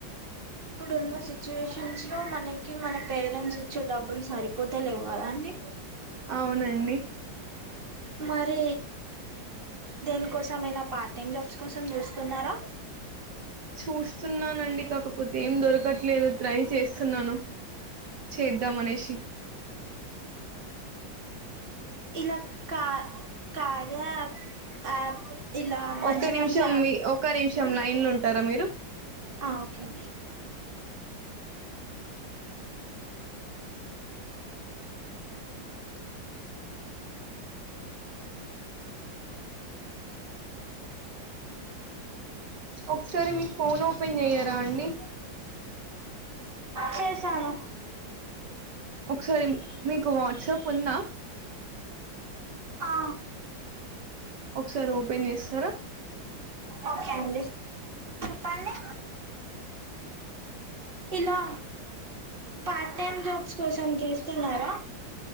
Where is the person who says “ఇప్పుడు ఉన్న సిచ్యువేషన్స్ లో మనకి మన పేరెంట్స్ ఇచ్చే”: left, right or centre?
Right